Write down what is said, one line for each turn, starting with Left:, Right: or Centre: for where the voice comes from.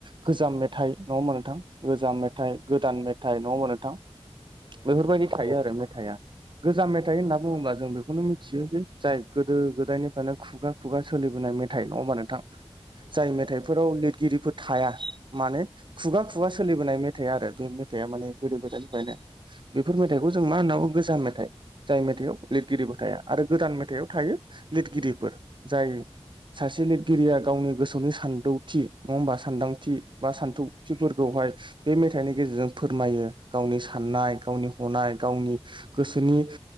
Right: गोजाम मेथाइ नङा होमबा नोंथां गोजाम मेथाइ गोदान मेथाइ नङा होमबा नोंथां
Left: नंगौ नंगौ
Right: बेफोरबायदि
Left: नोंथां
Right: थायो आरो मेथाइआ गोजाम मेथाइ होनना बुङोबा जों बेखौनो मिथियो जे जाय गोदो गोदायनिफ्रायनो खु खुगा खुगा सोलिबोनाय मेथाइ नङा होमबा नोंथां
Left: औ
Right: जाय
Left: औ
Right: मेथाइफोराव लिरगिरिफोर थाया माने
Left: औ
Right: खुगा
Left: औ
Right: खुगा सोलिबोनाय मेथाइ आरो बे मेथाइआ माने गोदो गोदान जायना बेफोर मेथाइखौ जों मा होननांगौ गोजाम मेथाइ जाय मेथाइआव
Left: उम
Right: लिरगिरिबो थाया आरो गोदान मेथाइआव थायो लिरगिरिफोर जाय सासे लिरगिरिया गावनि गोसोनि सानदौथि नङा होमबा सानदां थि
Left: नंगौ
Right: बा
Left: नंगौ
Right: सानथौथिफोरखौहाय
Left: नोंथां
Right: बे मे थाइनि गेजेरजों फोरमायो गावनि साननाय गावनि हनाय गावनि गोसोनि